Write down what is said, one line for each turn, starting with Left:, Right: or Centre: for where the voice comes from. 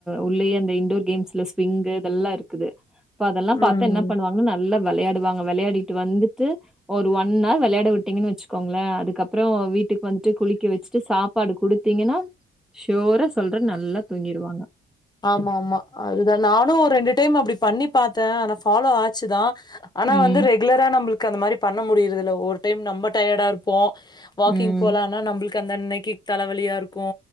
Centre: உள்ளயே அந்த இன்டோர் கேம்ஸ் லிஸ் பிங்கு அதெல்லா இருக்குது பா அதெல்லா
Left: ம்.
Centre: பாத்தா என்னா பண்ணுவாங்கு நல்லா வெள்யாடுவா விளையாடிட் வந்துட்டு ஒரு ஒன்னார் விளையாட விட்டீங்கன் வச்சுக்கோங்களே அதுக்கப்பறோ வீட்டுக்கு வந்துட்டு குளிக்க வச்சுட்டு சாப் ப்பாடு குடுத்தீங்கன்னா ஷோரா சொல்ற நல்லா தூங்கிடுவாங்க
Left: ஆமா ஆமா அதுதா நானு ஒரு ரெண்டு டைம் அப்டி பண்ணி பாத்த ஆனா ஃபாலோ ஆச்சுதா ஆனா
Centre: ம்
Left: வந்து ரெகுலரா நம்மளுக்கு அந்த மாரி பண்ண முடியுறதுல்ல ஒரு டைம் நம்ம டயர்டா இருப்போ வாக்கிங்
Centre: ம்
Left: போலானா நம்மளுக்கு அந்த அன்னைக்கு தலைவலியா இருக்கு